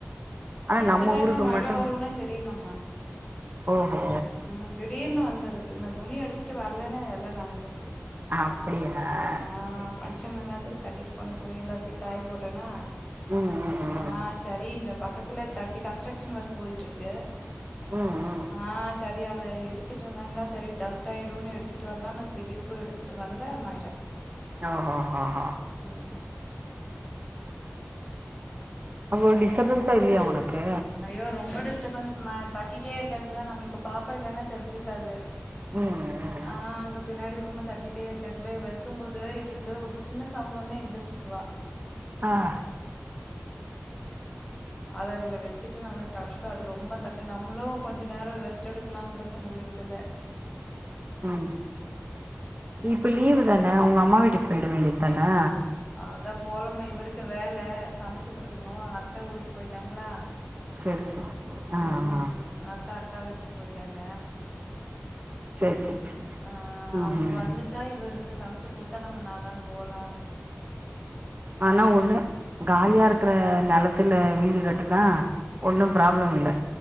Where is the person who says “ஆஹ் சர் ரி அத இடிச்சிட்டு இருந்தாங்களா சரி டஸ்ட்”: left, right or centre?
Left